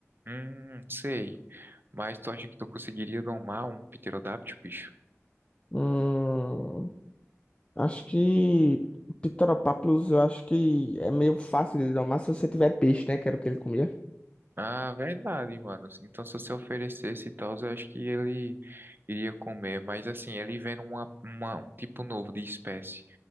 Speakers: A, on the right; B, on the left.
A: Hum, sei. Mas tu acha que tu conseguiria domar um pterodáctilo, bicho?
B: Hum, acho que Pterodáctilos, eu acho que é meio fácil de domar se você tiver peixe, né? Que era o que ele comia.
A: Ah, verdade, mano. Então, se você oferecesse e tal, eu acho que ele iria comer. Mas, assim, ele vendo uma, uma- um tipo novo de espécie